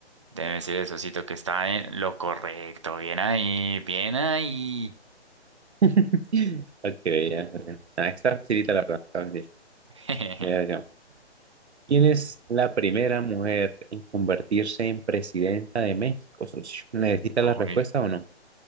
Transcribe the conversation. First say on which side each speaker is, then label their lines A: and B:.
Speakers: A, on the right; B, on the right.
A: Debe decir el socito que está en lo correcto. Bien ahí, bien ahí.
B: <laughs> Ok, ya. socio. Ah, está facilita la verdad, está fácil.
A: <laughs>
B: Mira, socio, ¿Quién es la primera mujer en convertirse en presidenta de México, socio? ¿Necesita la
A: Uy,
B: respuesta o no?